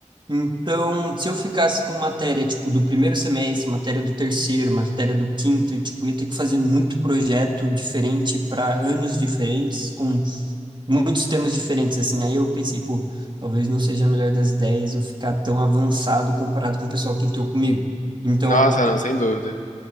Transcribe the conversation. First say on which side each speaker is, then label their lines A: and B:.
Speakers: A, on the right; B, on the left.
A: Então, se eu ficasse com matéria, tipo, do primeiro semestre, matéria do terceiro, matéria do quinto, e, tipo, eu ia ter que fazer muito projeto diferente para anos diferentes, com muitos temas diferentes, assim. Aí eu pensei, pô, talvez não seja a melhor das ideias eu ficar tão avançado comparado com o pessoal que entrou comigo. Então,
B: Nossa, não, sem dúvida.